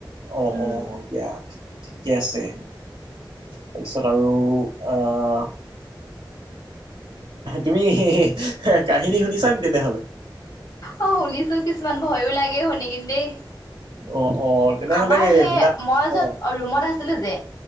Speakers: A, on the right; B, on the left.
A: অ
B: উম,
A: অ দিয়া ঠিকে আছে। তাৰপিছত আৰু আহ- তুমি কাহিনী শুনিছাে তেনেহলে-
B: অ শুনিছো কিছুমান ভয়ো লাগে শুনি কিন্ত দেই-
A: অ অ তেনেহলে
B: আমাৰ সেই
A: শুনা
B: মই য'ত
A: অ
B: ৰুমত আছিলো যে